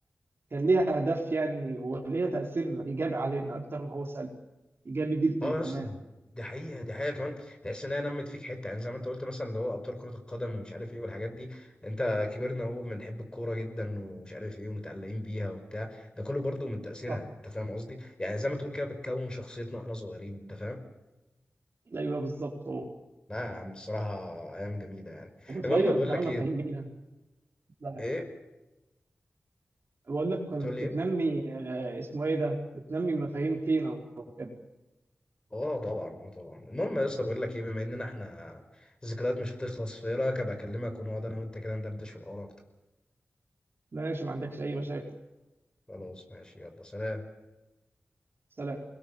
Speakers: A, on the right; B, on the left.
A: كان ليها هدف يعني وليها تأثير إيجابي علينا أكتر ما هو سلبي إيجابي جدا
B: اه
A: كمان
B: يا اسطى دي حقيقه دي حقيقه كمان تحس ان هي نمت فيك حته يعني زي ما انت قلت مثلا اللي هو ابطال كره القدم ومش عارف ايه والحاجات دي انت كبرنا اهو بنحب الكوره جدا ومش عارف ايه ومتعلقين بيها وبتاع ده كله برضو من تاثيرها
A: صح
B: انت فاهم قصدي يعني زي ما تقول كده بتكون شخصيتنا واحنا صغيرين انت فاهم
A: أيوه بالظبط و-
B: لا يا عم الصراحة أيام جميلة يعني
A: وبتغير
B: المهم بقول
A: كمان
B: لك
A: مفاهيم
B: إيه
A: لينا لا،
B: إيه
A: بقول لك كنت
B: تقول لي
A: بتنمي
B: إيه
A: آه، اسمه إيه ده بتنمي مفاهيم فينا وكده
B: آه طبعا آه طبعا المهم يا اسطى بقول لك إيه بما إننا إحنا ذكريات مش هتخلص في إيه رأيك أبقى أكلمك ونقعد أنا وأنت كده ندردش في الحوار أكتر
A: ماشي ما عندكش أي مشاكل
B: خلاص ماشي يلا سلام
A: سلام